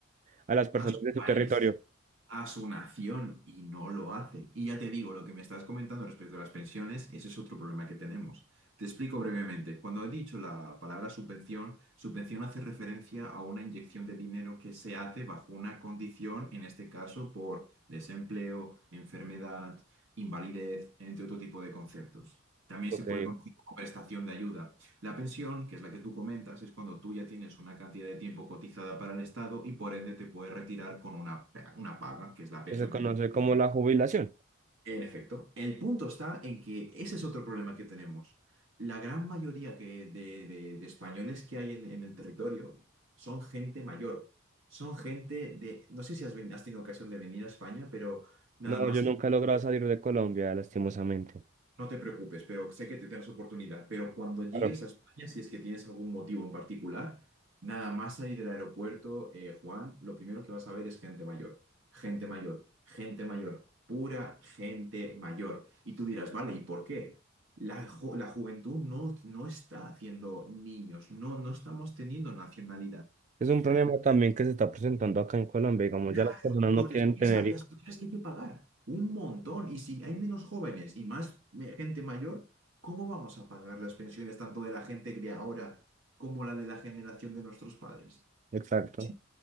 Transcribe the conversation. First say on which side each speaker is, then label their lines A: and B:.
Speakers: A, on the right; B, on the right.
A: a las personas
B: a su
A: de su
B: país.
A: territorio.
B: a su nación y no lo hace. Y ya te digo, lo que me estás comentando respecto a las pensiones, ese es otro problema que tenemos. Te explico brevemente. Cuando he dicho la palabra subvención, subvención hace referencia a una inyección de dinero que se hace bajo una condición, en este caso por desempleo, enfermedad, invalidez, entre otro tipo de conceptos. También
A: Ok,
B: se puede
A: eso
B: conocer como prestación de ayuda. La pensión, que es la que tú comentas, es cuando tú ya tienes una cantidad de tiempo cotizada para el Estado y por ende te puedes retirar con una, pa- una paga, que es la pensión
A: se conoce
B: que tú comentas.
A: como la jubilación.
B: En efecto, el punto está en que ese es otro problema que tenemos. La gran mayoría que- de, de- de españoles que hay en, en el territorio son gente mayor. Son gente de, no sé si has, ven- has tenido ocasión de venir a España, pero nada
A: No,
B: más
A: yo nunca he logrado salir de Colombia, lastimosamente.
B: No te preocupes, pero sé que tendrás oportunidad. Pero cuando llegues
A: Claro.
B: a España, si es que tienes algún motivo en particular, nada más salir del aeropuerto, eh, Juan, lo primero que vas a ver es gente mayor, gente mayor, gente mayor, pura gente mayor. Y tú dirás, vale, ¿y por qué? La, ju- la juventud no, no está haciendo niños, no, no estamos teniendo nacionalidad.
A: Es un problema también que se está presentando acá en Colombia, digamos,
B: Claro,
A: ya las personas
B: entonces
A: no quieren
B: piensa,
A: tener...
B: las propiedades que hay que pagar, un montón. Y si hay menos jóvenes y más me- gente mayor, ¿cómo vamos a pagar las pensiones tanto de la gente de ahora como la de la generación de nuestros padres?
A: Exacto.
B: Es